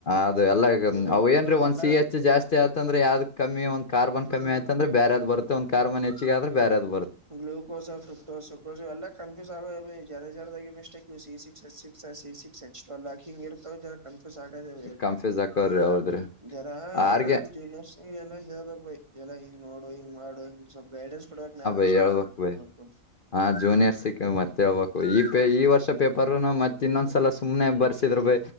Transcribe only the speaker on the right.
ಅದೇ
ಈಗ
ಎಲ್ಲಾ
ಹ್ಮ್
ಗ್ಲೂಕೋಸ್ ಫ್ರಕ್ಟೋಸ್ ಎಲ್ಲ ಕನ್ಫ್ಯೂಸ್ ಆಗ ಜರ ಜರದ mistake C six A six C six H twelve ಹಿಂಗ ಇರ್ತವ ಕನ್ಫ್ಯೂಸ್ ಆಗೇದ <unintelligible>
ಜರಾ
ಎಲ್ಲ ನಮ್ ಜೂನಿಯರ್ಸ್ ಎಲ್ಲ ಹೇಳ್ ಹೇಳ್ಬೇಕ ಭೈ ಎಲ್ಲ ಹಿಂಗ ನೋಡು ಹಂಗ್ ಮಾಡು ಹಿಂಗ ಸ್ವಲ್ ಗೈಡೆನ್ಸ್ ಕೊಡ್ಬೇಕು ನಾವೇ
ಚಲೋ ಓದ್ಕೊಂಡ್ ಮಾಡ್ಕೊಂಡ್
ಹ್ಮ್